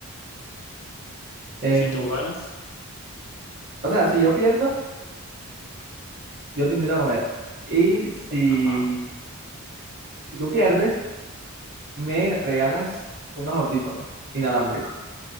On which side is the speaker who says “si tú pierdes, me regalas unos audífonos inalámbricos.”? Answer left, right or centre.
Right